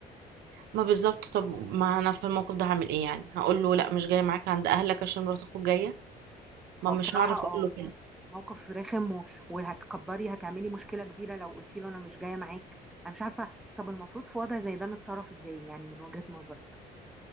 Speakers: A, on the right (about 70°); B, in the centre.
A: ما بالظبط طب ما انا في الموقف ده هعمل ايه يعني هقول له لا مش جاية معاك عند اهلك عشان مرات اخوك جاية ما
B: هو
A: مش
B: بصراحه
A: هعرف
B: اه
A: اقول له
B: يعني
A: كده
B: موقف رخم و- وهتكبري هتعملي مشكله كبيره لو قلتي له انا مش جايه معاك انا مش عارفه طب المفروض في وضع زي ده نتصرف ازاي يعني من وجهه نظرك